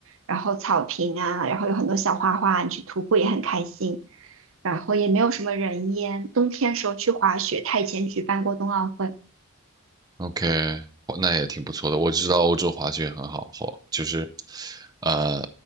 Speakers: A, on the right; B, on the right.
A: 然后草坪啊，然后有很多小花花，你去徒步也很开心。然后也没有什么人烟，冬天时候去滑雪，他以前举办过冬奥会。
B: OK，哦那也挺不错的。我知道欧洲滑雪很好，好就是呃